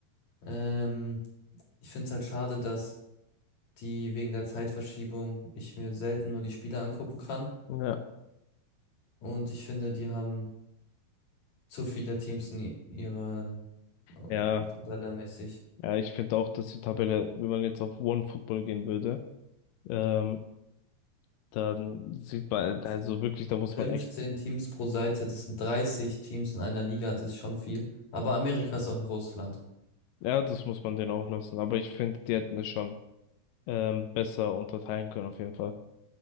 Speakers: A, on the left; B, on the left.
A: Ähm, ich finde es halt schade, dass die wegen der Zeitverschiebung ich mir selten nur die Spiele angucken kann.
B: ja.
A: Und ich finde, die haben zu viele Teams in i- ihrer äh,
B: Ja,
A: Tabelle mäßig.
B: ja, ich finde auch, dass die Tabelle, wenn man jetzt auf One Football gehen würde, ähm, dann sieht man,
A: Ja.
B: also wirklich, da muss
A: 15
B: man echt,
A: Teams pro Seite, das sind 30 Teams in einer Liga, das ist schon viel. Aber Amerika ist auch ein großes Land.
B: ja, das muss man denen auch lassen. Aber ich finde, die hätten es schon ähm, besser unterteilen können, auf jeden Fall.